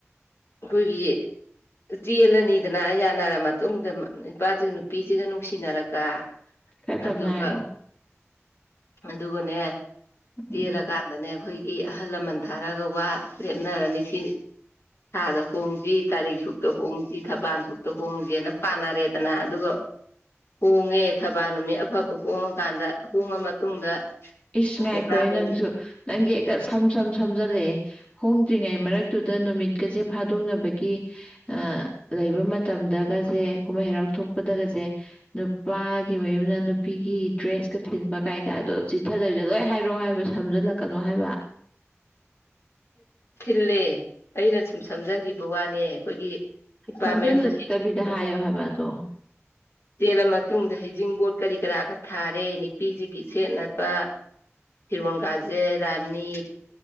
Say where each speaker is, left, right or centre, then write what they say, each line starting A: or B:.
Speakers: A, on the left (about 60°); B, on the left (about 25°).
A: ꯑꯩꯈꯣꯏꯒꯤ ꯆꯦꯜꯂꯅꯤꯗꯅ ꯌꯥꯅꯔ ꯃꯇꯨꯡꯗ ꯅꯨꯄꯥꯁꯤꯒ ꯅꯨꯄꯤꯁꯤꯒ ꯅꯨꯡꯁꯤꯅꯔꯒ <inaudible>
B: ꯈꯔ ꯇꯞꯅ
A: ꯑꯗꯨꯒ
B: ꯍꯥꯏꯔꯛꯑꯣ
A: ꯑꯗꯨꯒꯅꯦ
B: ꯎꯝ
A: ꯆꯦꯜꯂꯀꯥꯟꯗꯅꯦ ꯑꯩꯈꯣꯏꯒꯤ ꯑꯍꯜ ꯂꯃꯟ ꯊꯥꯔꯛ ꯑꯒ ꯋꯥ ꯂꯦꯞꯅꯔꯅꯤ ꯁꯤꯅꯤ ꯊꯥꯗ ꯍꯣꯡꯁꯤ ꯇꯥꯔꯤꯛ ꯁꯨꯛꯇ ꯍꯣꯡꯁꯤ ꯊꯕꯥꯜ ꯁꯨꯛꯇ ꯍꯣꯡꯖꯦꯅ ꯄꯥꯟꯅꯔꯦꯗꯅ ꯑꯗꯨꯒ ꯍꯣꯡꯉꯦ ꯊꯕꯥꯜ ꯅꯨꯃꯤꯠ ꯑꯐꯕ ꯍꯣꯡꯉꯀꯥꯟꯗ ꯍꯣꯡꯉ ꯃꯇꯨꯡꯗ
B: ꯏꯁ ꯉꯥꯏꯈꯣ
A: ꯅꯤꯄꯥ
B: ꯍꯦ
A: ꯃꯌꯨꯝꯗ
B: ꯅꯪꯁꯨ ꯅꯪꯗꯤ ꯍꯦꯛꯇ ꯁꯝ ꯁꯝ ꯁꯝꯖꯜꯂꯛꯑꯦ ꯍꯣꯡꯗ꯭ꯔꯤꯉꯩ ꯃꯔꯛꯇꯨꯗ ꯅꯨꯃꯤꯠꯀꯁꯦ ꯐꯥꯗꯣꯛꯅꯕꯒꯤ ꯑꯥ ꯂꯩꯕ ꯃꯇꯝꯗꯒꯁꯦ ꯀꯨꯝꯍꯩ ꯍꯔꯥꯎ ꯊꯣꯛꯄꯗꯒꯁꯦ ꯅꯨꯄꯥꯒꯤ ꯃꯌꯨꯝꯅ ꯅꯨꯄꯤꯒꯤ ꯗ꯭ꯔꯦꯁꯀ ꯊꯤꯟꯕ ꯀꯥꯏꯀꯥꯗꯣ ꯆꯤꯊꯗꯕꯤꯗ ꯂꯣꯏ ꯍꯥꯏꯔꯛꯑꯣ ꯍꯥꯏꯕ ꯁꯝꯖꯜꯂꯛꯀꯅꯣ ꯍꯥꯏꯕ
A: ꯊꯤꯜꯂꯦ ꯑꯩꯅ ꯁꯨꯝ ꯁꯝꯖꯟꯈꯤꯕ ꯋꯥꯅꯦ ꯑꯩꯈꯣꯏꯒꯤ ꯏꯄꯥ
B: ꯁꯝꯖꯜꯂꯛꯇꯕꯤꯗ
A: ꯃꯌꯨꯝꯅ ꯍꯩꯖꯤꯡ ꯄꯣꯠ
B: <unintelligible>
A: ꯆꯦꯜꯂ ꯃꯇꯨꯡꯗ ꯍꯩꯖꯤꯡꯄꯣꯠ ꯀꯔꯤ ꯀꯔꯥꯒ ꯊꯥꯔꯦ ꯅꯨꯄꯤꯁꯤꯒꯤ ꯁꯦꯠꯅꯕ ꯐꯤꯔꯣꯟ ꯀꯖꯦ ꯔꯥꯅꯤ